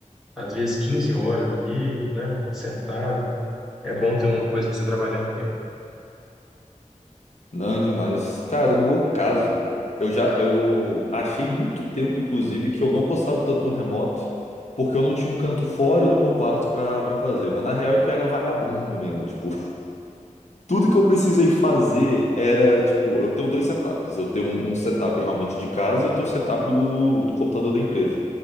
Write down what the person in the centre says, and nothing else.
às vezes 15 horas ali, né? Sentado, é bom ter uma coisa para você trabalhar em pé.